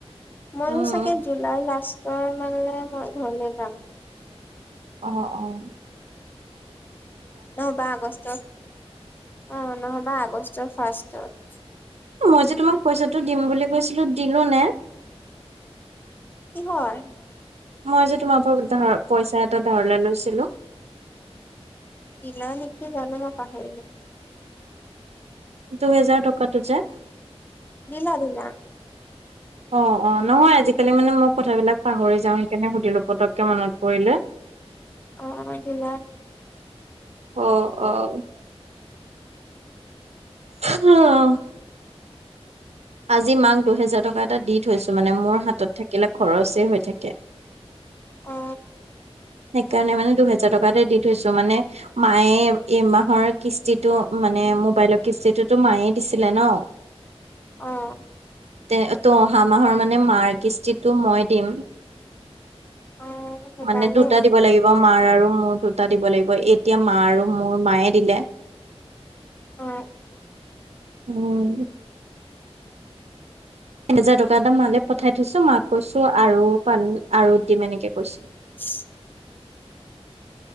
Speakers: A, on the left (about 20°); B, on the right (about 80°).
A: মইও
B: উম
A: চাগে জুলাই লাষ্ট তই মানে, মই ঘৰলৈ যাম।
B: অহ অহ
A: নহবা আগষ্টত অ'নহবা আগষ্টৰ ফাৰ্ষ্টত।
B: মই যে তোমাক পইচাটো দিম বুলি কৈছিলো দিলো নে?
A: কিহৰ?
B: মই যে তোমাৰ পৰা ধা পইচা এটা ধাৰলে লৈছিলো।
A: দিলা নেকি জানো মই পাহৰিলোৱে।
B: দুহেজাৰ টকাটো যে
A: দিলা দিলা।
B: অ অ নহয় আজিকালি মানে মই কথাবিলাক পাহৰি যাওঁ সেইকাৰণে সুধিলো। পটককে মনত পৰিলে।
A: অ অ দিলা।
B: অহ অহ <unintelligible> আজি মাক দুহেজাৰ টকা এটা দি থৈছো মানে মোৰ হাতত থাক কেলে খৰচ এ হৈ থাকে।
A: অ
B: সেইকাৰণে মানে দুহেজাৰ টকাতে দি থৈছো। মানে মায়ে এমাহৰ কিস্তিটো- মানে মোবাইলৰ কিস্তিটোতো মায়ে দিছিলে ন।
A: অহ
B: তে -তো অহা মাহৰ মানে মাৰ কিস্তিটো মই দিম।
A: অ সেইকাৰণে।
B: মানে দুটা দিব লাগিব মাৰ আৰু মোৰ দুটা দিব লাগিব এতিয়া মা আৰু মোৰ মায়ে- দিলে
A: অ
B: উম এহেজাৰ টকা এটা মালে পঠাই থৈছো। মাক কৈছো আৰু পা আৰু দিম এনেকে কৈছো।
A: <unintelligible>